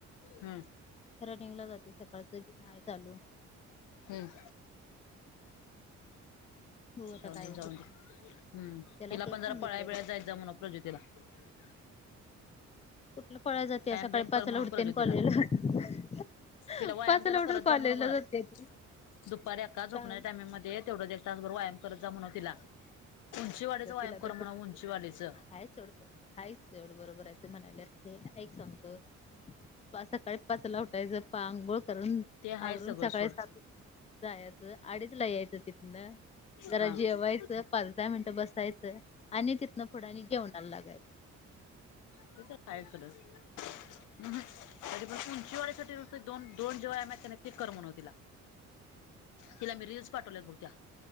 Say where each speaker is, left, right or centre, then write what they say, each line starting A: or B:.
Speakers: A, on the left; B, on the left.
A: हम्म.
B: रनिंगला जातोय सकाळचं, जिम हाय चालू.
A: हम्म.
B: बघू आता
A: जाऊदे
B: काय होते
A: जाऊदे,, हम्म,
B: त्याला
A: तिला
B: तेच
A: पण जरा
B: सांगितलंय
A: पळाय
B: बघ
A: बिळाय जाईत जा म्हणाव प्रजोतीला. <inaudible>
B: कुठलं फळाय जात्या सकाळी
A: बियाम
B: पाचला
A: कर म्हणव
B: उठत्या
A: प्रज्योतीला
B: आणि कॉलेजला.
A: तिला व्यायाम
B: पाचला
A: जरा
B: ऊठुन
A: करत
B: कॉलेजला
A: जा म्हणव घरात
B: जात्या ती.
A: दुपारी अक्का झोपण्याच्या
B: सांग
A: टाईमामध्ये तेवढं ते त्याचबरोर व्यायाम करत जा म्हणाव तिला,, उंचीवाडीचा व्यायाम
B: तिला तर
A: कर म्हणाव उंचीवाडीचं.
B: हाय सोड. हाईच तेवड बरोबर हाय तू म्हणाल्यास ते, ऐक सांगतो पाच सकाळी पाचला उठायचं, पांघोळ करून
A: ते हाय
B: आवरून
A: सगळं
B: सकाळी
A: सोड
B: सात जायचं ळआडीच ला यायचं तिथनं, जरा
A: हा हम्म
B: जेवायचं, पाच धा मिन टन बसायचं, आणि तिथनं फुडं आनी जेवणाला लागायच.
A: तुच सरस <unintelligible> हं हं, उंची वाडीसाठी दोन दोन जे व्यायाम हाईत क नाही, ते कर म्हणाव तिला. तिला मी रीलस पाठवलेत बघ त्या.